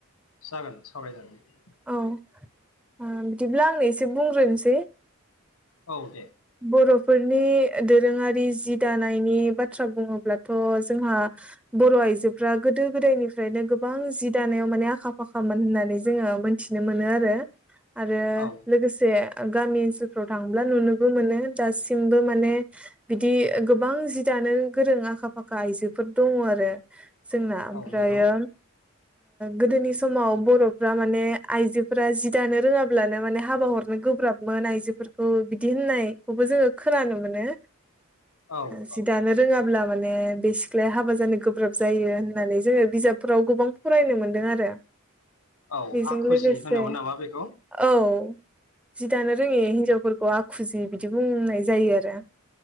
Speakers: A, on the left; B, in the centre.
A: जागोन सावरायजागोन।
B: औ बिदिब्ला आंनो एसे बुंग्रोनोसै
A: औ दे
B: बर'। फोरनि दोरोङारि जि दानायनि बाथ्रा बुङोब्लाथ जोंहा बर'। आयजोफ्रा गोदो गोदायनिफ्रायनो गोबां जि दानायाव माने आखा फाखामोन होननानै जोङो मोनथिनो मोनो आरो। आरो
A: औ
B: लोगोसे। गामि ओनसोलफ्राव थांब्ला नुनोबो मोनो दासिमबो माने बिदि गोबां जिद'। गोरों आखा फाखा आइजोफोर दङ आरो जोंना ओमफ्रायो
A: औ नंगौ
B: गोदोनि समाव बर'फ्रा माने आइजोफोरा जि दानो रोङाब्लानो माने हाबा हरनो। गोब्राबमोन आइजोफोरखौ बिदि होननायखौबो जोङो खोनानो मोनो।
A: औ
B: जि
A: औ
B: दानो रोङाब्ला माने बे सिख्लाया हाबा जानो गोब्राब। जायो होननानै जोङो बिजाबफोराव गोबां फरायनो मोनदों आरो।
A: औ
B: बेजों
A: आखुजि
B: लोगोसे
A: होनोमोन नामा बेखौ
B: औ। जि दानो रोङि हिनजावफोरखौ आखुजि बिदि बुंनाय जायो आरो।